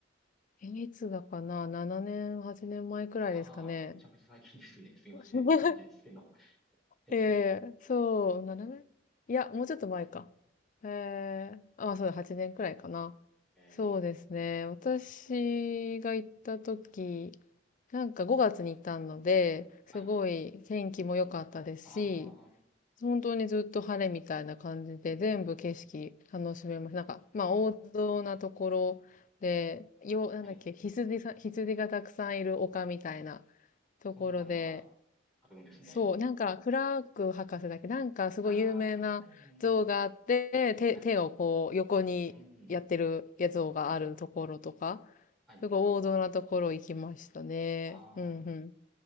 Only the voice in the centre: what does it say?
ああ、めちゃくちゃ最近ですね。すいませんって感じですけど。
<laughs>
えー、
はい。ああ、
うーん。
はい。
そんなのがあるんですね。
ああ、はいはいはいはい。
はい。
うん。はい。はい。
ああ、